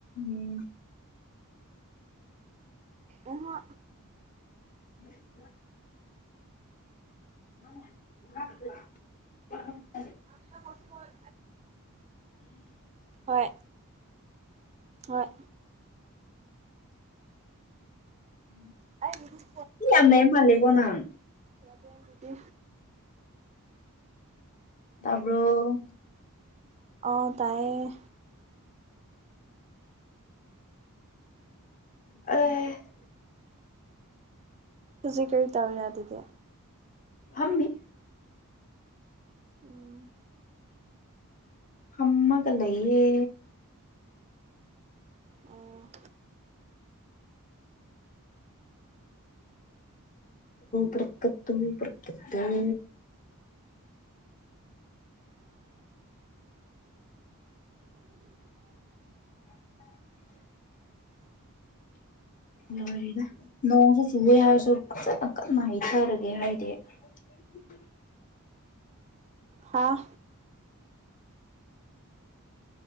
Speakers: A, on the left (about 35°); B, on the right (about 30°).
A: ꯃꯤ
B: ꯎꯡꯍꯥ
A: ꯎꯝ <inaudible>
B: ꯑꯗ ꯍꯣꯁꯄꯣꯠ ꯍꯣꯏ ꯍꯣꯏ
A: ꯎꯝ
B: ꯑꯩꯒꯤꯗꯤ
A: <inaudible> ꯃꯤ ꯌꯥꯝ ꯂꯦꯝꯃꯜꯂꯦꯀꯣ ꯅꯪ‌
B: ꯌꯥꯗ ꯍꯥꯏꯗꯤ
A: ꯇꯥꯕ꯭ꯔꯣ
B: ꯑ ꯇꯥꯏꯌꯦ
A: ꯑ <inaudible>
B: ꯍꯖꯤ ꯀꯔꯤ ꯇꯧꯔꯦ ꯑꯗꯨꯗꯤ
A: ꯐꯝꯃꯤ
B: ꯎꯝ
A: ꯐꯝꯃꯒ ꯂꯩꯌꯦ
B: ꯑ
A: ꯄꯀꯠꯇ ꯄꯀꯠꯇ <unintelligible>
B: <inaudible> <inaudible>
A: ꯂꯣꯏꯔꯦꯗ ꯅꯣꯡꯁꯨ ꯆꯨꯏꯌꯦ ꯍꯥꯏꯔꯁꯨ ꯐꯖꯅ ꯀꯟꯅ ꯍꯩꯊꯔꯒꯦ ꯍꯥꯏꯗꯦ <inaudible>
B: ꯍꯥꯥ